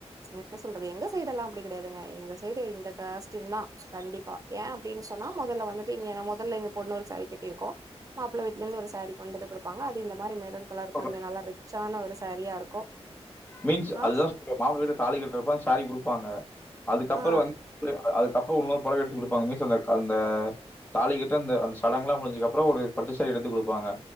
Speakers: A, on the right; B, on the left.
A: என்ன சொல்றது எங்க சைடு எல்லா அப்படி கெடையாதுங்க எங்க சைடு இந்த காஸ்டயூம்தா கண்டிப்பா ஏ அப்டின் சொன்னா மொதல்ல வந்துட்டு இங்க மொதல்ல எங்க பொண்ணு ஒரு சாரி கட்டிருக்கு மாப்ள வீட்லருந்து ஒரு சாரி கொண்ட் வந்து குடுப்பாங்க அது இந்த மாரி மெருன் கலர்
B: <inaudible>
A: கொஞ்ச நல்லா ரிச்சான ஒரு சாரியா இருக்கு
B: மீன்ஸ்
A: ஆ
B: அதுதா சொல்ற மாப்ள வீடு தாலி கட்றப்ப அந்த சாரி குடுப்பாங்க அதுக்கப்பற
A: ஆ
B: வந்து அது அப்ப இன்னொரு பொடவ எடுத்து குடுப்பாங்க மீன்ஸ் அந்த அந்த தாலி கட்ற அந்த அந்த சடங்களா முடிஞ்சதுக்கப்ற ஒரு பட்டு சாரி எடுத்து குடுப்பாங்க